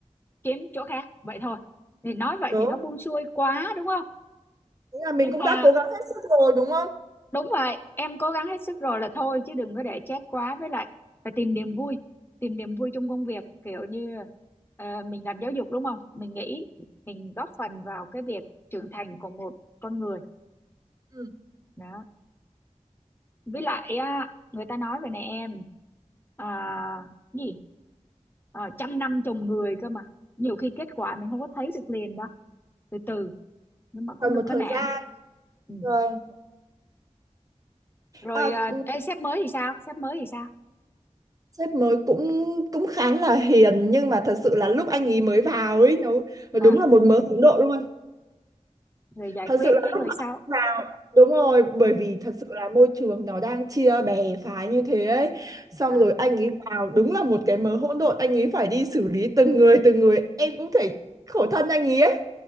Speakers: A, on the left (about 20°); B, on the right (about 30°).
A: kiếm chỗ khác vậy thôi thì nói vậy
B: đúng
A: thì nó buông xuôi quá đúng không
B: nghĩa là mình
A: nhưng
B: cũng
A: mà
B: đã cố gắng hết sức rồi đúng không
A: đúng vậy em cố gắng hết sức rồi là thôi chứ đừng có để chết quá với lại phải tìm niềm vui tìm niềm vui trong công việc kiểu như ờ, mình làm giáo dục đúng không mình nghĩ mình góp phần vào cái việc trưởng thành của một con người
B: Ừ.
A: đó với lại á, người ta nói về này em à, gì Ờ, trăm năm trồng người cơ mà nhiều khi kết quả mình không có thấy được liền đâu từ từ nhưng mà cũng
B: còn
A: đừng
B: một
A: có
B: thời
A: nản
B: gian
A: ừ.
B: vâng
A: rồi
B: à,
A: à, ê, sếp mới thì sao sếp mới thì sao
B: sếp mới cũng cũng khá là hiền nhưng mà thật sự là lúc anh ấy mới vào ấy nó nó
A: à
B: đúng là một mớ hỗn độn luôn
A: rồi giải
B: thật
A: quyết
B: sự là
A: cái người
B: lúc mà
A: sau
B: anh vào đúng rồi bởi
A: ừ.
B: vì thật sự là môi trường nó đang chia bè phái như thế ấy xong
A: à
B: rồi anh ấy vào đúng là một cái mớ hỗn độn anh ấy phải đi xử lý từng người từng người em cũng thể khổ thân anh ấy ấy